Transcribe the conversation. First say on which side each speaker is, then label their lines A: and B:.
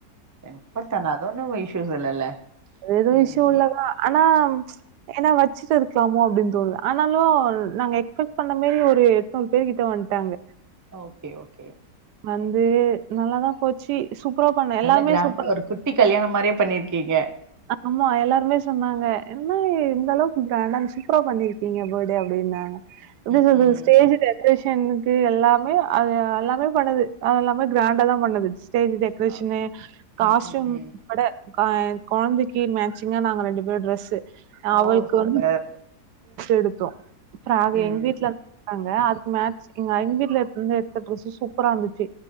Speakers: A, on the right; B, on the right.
A: எப்பத்தான அதொன்னு இஷ்யூஸ் இல்லல்ல
B: ஏதோ
A: ம்
B: விஷயம் இல்லதா ஆனா ஏனா வச்ச வச்சிட்டு இருக்கலாமோ அப்படின்னு தோணு ஆனால நாங்க எக்ஸ்பெக்ட் பண்ண மாரி ஒரு எட்நூறு பேர் கிட்ட வன்ட்டாங்க
A: ஓகே ஓகே
B: வந்து நல்லாதான் போச்சு சூப்பரா பண்ண
A: நல்ல
B: எல்லாருமே
A: கிராண்ட
B: சூப்
A: ஒரு குட்டி கல்யாணம் மாரியே பண்ணிருக்கீங்க
B: ஆமா எல்லாருமே சொன்னாங்க என்ன இந்தந்த அளவுக்கு பிராண்டா சூப்பரா பண்ணிருக்கீங்க பர்த்டே அப்புடின்னாங்க எப்படி
A: ம்
B: சொல்லறது
A: ம்
B: ஸ்டேஜ் டெக்கரேஷன் எல்லாமே அது எல்லாமே பண்ணது அது எல்லாமே கிராண்டா தான் பண்ணது ஸ்டேஜ் டெக்கரேஷனு
A: அ
B: காஸ்டயூம்
A: ம் ம் ம்
B: கூட கெழந்தைக்கு மேட்சிங்கா நாங்க ரெண்டு பேர் டிரெஸ்சு
A: ஓ
B: அவளுக்கு
A: சூப்பர்
B: வந்து எடுத்தோம் நாங்க
A: ம்
B: எங்க வீட்டுல இருக்காங்க அதுக்கு மேஸ் எங்க ஐம்பீர்ல எடுத்த டிரெஸ் சூப்பரா இருந்துச்சு